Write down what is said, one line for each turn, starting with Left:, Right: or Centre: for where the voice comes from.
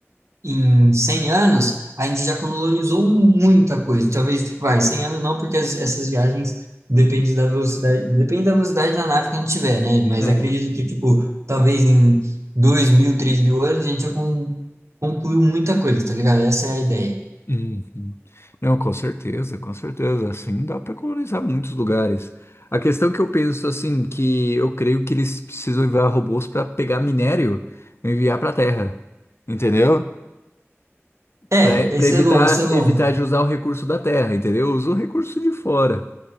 Right: em 100 anos, a gente já colonizou muita coisa. Talvez, tipo, vai, 100 anos não, porque as- essas viagens depende da velocidade, depende da velocidade da nave que a gente tiver, né? Mas
Left: É,
Right: acredito que, tipo, talvez em dois mil, três mil anos, a gente já con- concluiu muita coisa, tá ligado? Essa é a ideia.
Left: uhum. Não, com certeza, com certeza. Assim dá para colonizar muitos lugares. A questão que eu penso, assim, que eu creio que eles precisam enviar robôs para pegar minério e enviar para a Terra, entendeu?
Right: É,
Left: Para
Right: isso
Left: evitar
Right: é bom, isso é bom.
Left: evitar de usar o recurso da Terra, entendeu? Usa o recurso de fora,